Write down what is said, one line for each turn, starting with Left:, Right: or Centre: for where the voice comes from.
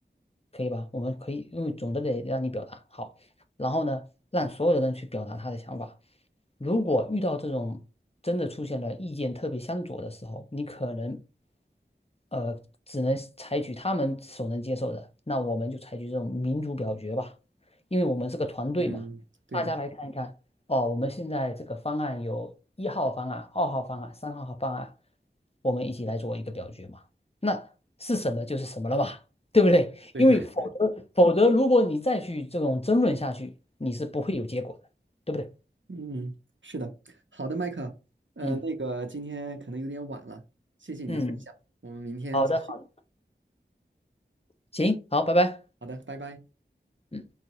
Left: 可以吧？我们可以，因为总的得让你表达好，然后呢，让所有的人去表达他的想法。如果遇到这种真的出现了意见特别相左的时候，你可能呃只能采取他们所能接受的，那我们就采取这种民主表决吧，因为我们是个团队嘛，
Right: 嗯，对的，
Left: 大家来看一看。哦，我们现在这个方案有一号方案、二号方案、三号方案，我们一起来做一个表决嘛。那是什么就是什么了嘛，对不对？
Right: 对的，
Left: 因为否则否则，如果你再去这种争论下去，你是不会有结果的，对不对？
Right: <laughs> 嗯，是的，好的，麦克，呃，
Left: 嗯
Right: 那个今天可能有点晚了，谢谢你的分享，
Left: 嗯，
Right: 我们明天继续。
Left: 好的，好，行，好，拜拜。
Right: 好的，拜拜。
Left: 嗯。